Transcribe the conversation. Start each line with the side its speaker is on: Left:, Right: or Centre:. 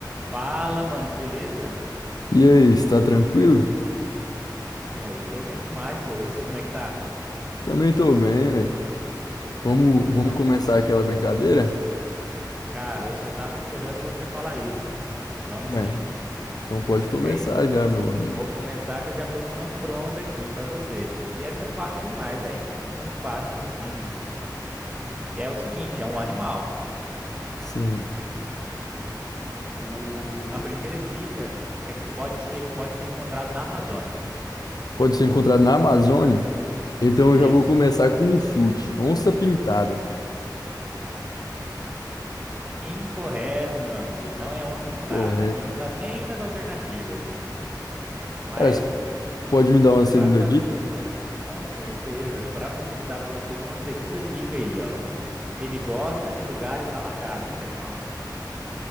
Right: Fala, mano, beleza?
Left: E aí, está tranquilo?
Right: E aí, tô bem demais, pô. E você, como é que tá?
Left: Também tô bem, velho. Vamos,
Right: Então,
Left: vamos começar aquela brincadeira?
Right: cara, eu só tava esperando você falar isso. Vamos
Left: Ué,
Right: sim.
Left: então pode começar
Right: E aí,
Left: já, meu amigo.
Right: vou começar que eu já tô com uma pronta aqui pra você. E essa é fácil demais, velho. Muito fácil, muito simples. É o seguinte, é um animal.
Left: Sim.
Right: O... A primeira dica é que pode... se- ele pode ser encontrado na Amazônia.
Left: Pode ser encontrado na Amazônia? Então
Right: Isso.
Left: eu já vou começar com um chute. Onça pintada.
Right: Incorreto, meu amigo. Não é onça pintada.
Left: Correto.
Right: E não tá nem nas alternativas. Mas
Left: Cara, você pode me dar uma segunda
Right: Para facilitar,
Left: dica?
Right: ma- com certeza, para facilitar para você, vai uma segunda dica aí, ó. Ele gosta de lugares alagados, esse animal.